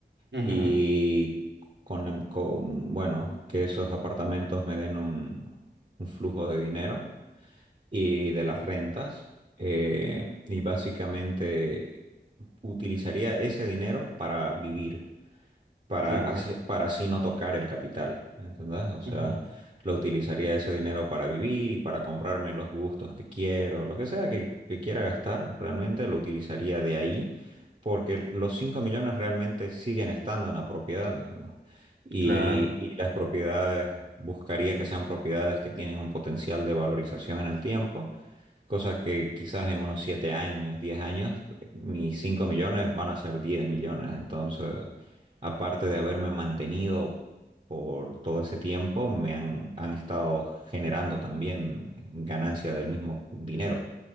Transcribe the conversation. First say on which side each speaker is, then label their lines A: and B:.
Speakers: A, on the right (about 80°); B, on the right (about 40°).
A: Ujú,
B: Y con, con- bueno, que esos apartamentos me den un, un flujo de dinero y de las rentas. eh, y básicamente utilizaría ese dinero para vivir para
A: claro,
B: así, para así no tocar el capital, ¿entendés? O sea,
A: ujú,
B: lo utilizaría ese dinero para vivir y para comprarme los gustos que quiero, lo que sea que, que quiera gastar, realmente lo utilizaría de ahí, porque los 5 millones realmente siguen estando en la propiedad, digamos. Y,
A: claro,
B: y las propiedades, buscaría que sean propiedades que tienen un potencial de valorización en el tiempo Cosa que quizás en unos 7 años, 10 años, mis 5 millones van a ser 10 millones. Entonces, aparte de haberme mantenido por todo ese tiempo, me han, han estado generando también ganancia del mismo dinero.